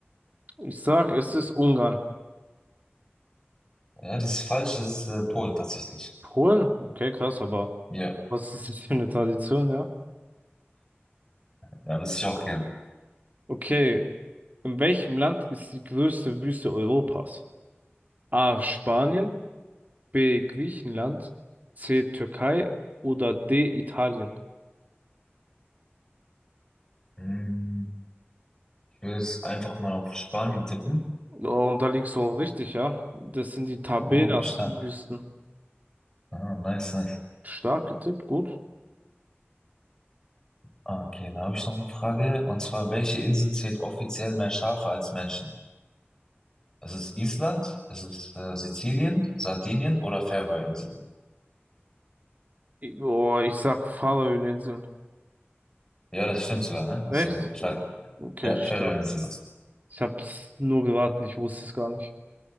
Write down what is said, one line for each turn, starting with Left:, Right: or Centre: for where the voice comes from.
Right: Ich sag, es ist Ungarn.
Left: Ja, das ist falsch. Das ist äh, Polen tatsächlich.
Right: Polen? Okay, krass, aber
Left: Ja,
Right: was ist das für eine Tradition, ja?
Left: ja, wüsste ich auch gern.
Right: Okay, in welchem Land ist die größte Wüste Europas? A. Spanien, B. Griechenland, C. Türkei oder D. Italien.
Left: Hm, ich würde es einfach mal auf Spanien tippen.
Right: Oh, und da liegst du auch richtig, ja. Das sind die Tabenas-Wüsten.
Left: Oh, stark. Ah, nice, nice.
Right: Stark getippt, gut.
Left: Okay, dann habe ich noch eine Frage. Und zwar, welche Insel zählt offiziell mehr Schafe als Menschen? Ist es Island? Ist es äh, Sizilien, Sardinien oder Färöerinseln?
Right: Ich- Oh, ich sag Färöerinseln.
Left: Ja, das stimmt sogar, ne? Das
Right: Echt?
Left: ist so stark.
Right: Ja, Okay,
Left: Ja,
Right: stark.
Left: Färöerinseln.
Right: Ich hab's nur geraten, ich wusste es gar nicht.